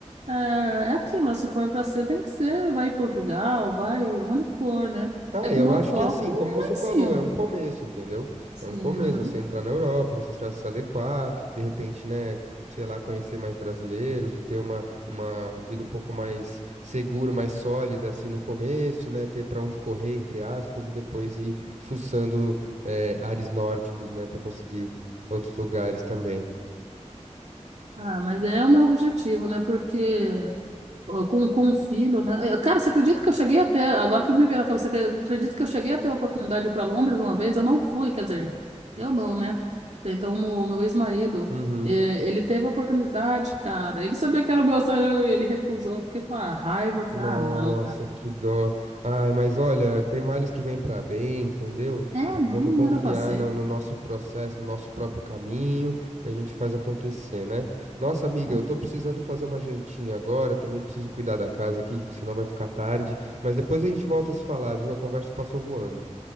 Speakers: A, on the right (about 70°); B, on the right (about 85°).
A: é, é aquilo, né? se for para ser, tem que ser. Vai em Portugal, vai onde for, né?
B: Ah,
A: É que
B: eu
A: o meu
B: acho
A: foco
B: que assim,
A: é
B: como você
A: lá em
B: falou,
A: cima.
B: é um começo, entendeu?
A: Sim,
B: É um começo,
A: uhum.
B: você entrar na Europa, você já se adequar, de repente, né, sei lá, conhecer mais brasileiros e ter uma, uma vida um pouco mais segura, mais sólida, assim, no começo, né, ter para onde correr, entre aspas, e depois ir fuçando, eh, ares nórdicos, né, para conseguir outros lugares também.
A: Ah, mas é o meu objetivo, né? Porque ó, com, com um filho, né? Eh, Cara, você acredita que eu cheguei até, agora que me veio na cabeça, você acredita que eu cheguei a ter a oportunidade de ir para Londres uma vez? Eu não fui, quer dizer, eu não, né? Então, o meu meu ex-marido,
B: Uhum.
A: eh, ele teve a oportunidade, cara. Ele sabia que era meu sonho, ele recusou. Eu fiquei com a raiva, falei,
B: Nossa,
A: ah, não, cara.
B: que dó. Ai, mas olha, tem males que vêm pra bem, entendeu?
A: É,
B: E vamos
A: não,
B: confiar
A: não era pra ser.
B: no, no nosso processo, no nosso próprio caminho, e a gente faz acontecer, né? Nossa, amiga,
A: Bom.
B: eu tô precisando fazer uma jantinha agora, também preciso cuidar da casa aqui, que senão vai ficar tarde. Mas depois a gente volta a se falar, viu? A conversa passou voando.